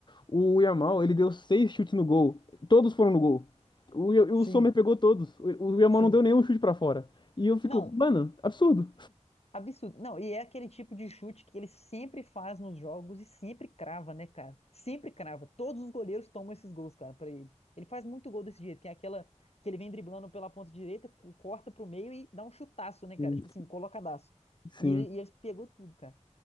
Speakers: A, on the left; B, on the left.
A: O Yamal, ele deu seis chutes no gol. Todos foram no gol. O, Ya-
B: Sim,
A: o Sommer pegou todos. O, o Yamal
B: sim.
A: não deu nenhum chute pra fora. E eu fico,
B: Não,
A: mano, absurdo.
B: Absurdo. Não, e é aquele tipo de chute que ele sempre faz nos jogos e sempre crava, né, cara? Sempre crava. Todos os goleiros tomam esses gols, cara, pra ele. Ele faz muito gol desse jeito, que é aquela que ele vem driblando pela ponta direita, co- corta pro meio e dá um chutaço, né,
A: Sim,
B: cara? Tipo assim, colocadaço.
A: sim,
B: E ele, e ele pegou tudo, cara.